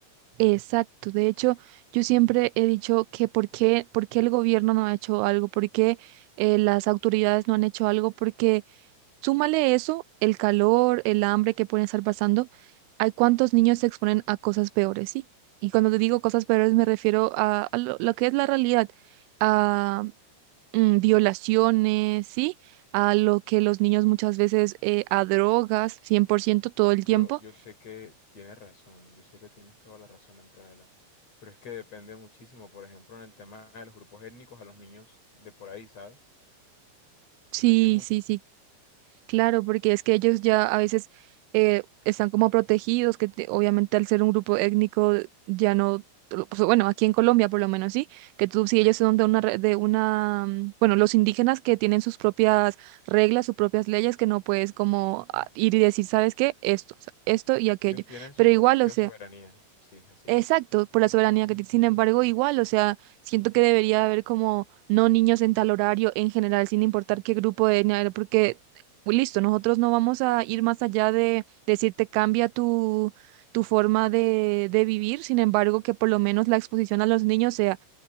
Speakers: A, on the right (about 85°); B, on the left (about 35°).
A: Exacto. De hecho, yo siempre he dicho que por qué, por qué el gobierno no ha hecho algo, por qué eh, las autoridades no han hecho algo, porque súmale eso, el calor, el hambre que pueden estar pasando, hay cuántos niños se exponen a cosas peores, ¿sí? Y cuando te digo cosas peores me refiero a, a lo, lo que es la realidad, a mm, violaciones, ¿sí? A lo que los niños muchas veces, eh, a drogas, 100% todo el
B: Yo,
A: tiempo.
B: yo sé que tienes razón, yo sé que tienes toda la razón, Antonella. Pero es que depende muchísimo, por ejemplo, en el tema de los grupos étnicos a los niños de por ahí, ¿sabes?
A: Sí,
B: Depende mucho.
A: sí, sí, Claro, porque es que ellos ya a veces eh, están como protegidos, que te- obviamente al ser un grupo étnico ya no, pues, bueno, aquí en Colombia por lo menos sí, que tú si ellos son de una, re- de una, mm, bueno, los indígenas que tienen sus propias reglas, sus propias leyes, que no puedes como ah, ir y decir, ¿sabes qué? Esto, o sea, esto y aquello.
B: Ellos tienen su
A: Pero
B: propia
A: igual, o sea.
B: soberanía. Sí, así
A: Exacto,
B: es.
A: por la soberanía que tiene. Sin embargo, igual, o sea, siento que debería haber como no niños en tal horario en general, sin importar qué grupo de etnia era, porque pues, listo, nosotros no vamos a ir más allá de decirte cambia tu, tu forma de, de vivir, sin embargo, que por lo menos la exposición a los niños sea